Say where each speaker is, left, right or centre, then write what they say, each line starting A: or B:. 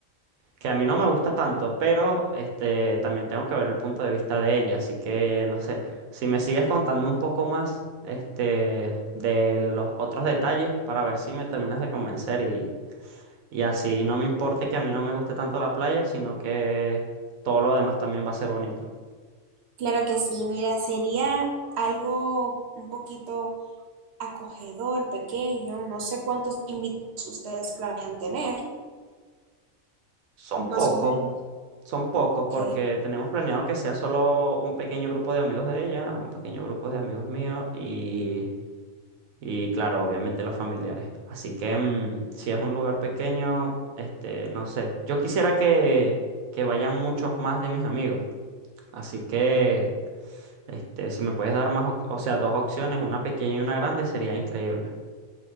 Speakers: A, on the right; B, on the right.
A: que a mí no me gusta tanto, pero este, también tengo que ver el punto de vista de ella, así que no sé, si me sigues contando un poco más este, de los otros detalles para ver si me terminas de convencer y, y así no me importe que a mí no me guste tanto la playa, sino que todo lo demás también va a ser bonito.
B: Claro que sí, mira, sería algo un poquito acogedor, pequeño, no sé cuántos invitados ustedes planean tener,
A: Son
B: más
A: pocos,
B: o menos.
A: son pocos
B: Ok.
A: porque tenemos planeado que sea solo un pequeño grupo de amigos de ella, un pequeño grupo de amigos míos Y claro, obviamente los familiares. Así que mm, si es un lugar pequeño, este, no sé. Yo quisiera que, que vayan muchos más de mis amigos. Así que, este, si me puedes dar más, op- o sea, dos opciones, una pequeña y una grande, sería increíble.